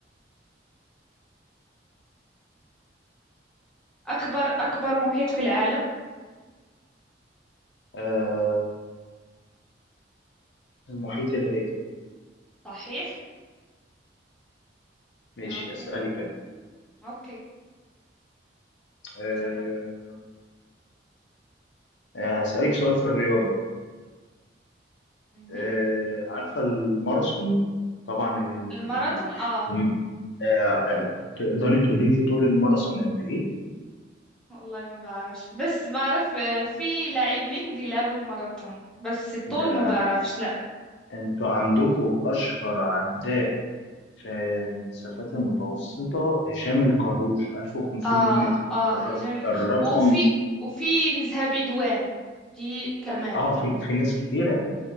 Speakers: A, in the centre; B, on the left (about 75°).
A: أكبر أكبر محيط في العالم
B: آه، المحيط الهادي
A: صحيح
B: ماشي
A: اوكي
B: أسألك أنا
A: اوكي
B: آه،
A: تمام
B: آه، هسألك سؤال في الرياضة
A: مهم.
B: آه، عارفة الماراثون طبعا ال...
A: الماراثون
B: ال...
A: اه
B: الم- آه، آه، تقدري تقولي لي طول الماراثون قد ايه
A: والله ما بعرفش بس بعرف آه، في لاعبين بيلعبوا الماراثون بس الطول
B: ده
A: ما بعرفش لا
B: انتوا عندكم اشهر عداء في المسافات المتوسطة هشام الكروش 1500
A: اه
B: متر
A: اه
B: الر-
A: هجم
B: الرقم
A: وفي وفي نزهة بدوان دي كمان
B: اه في في ناس كتيرة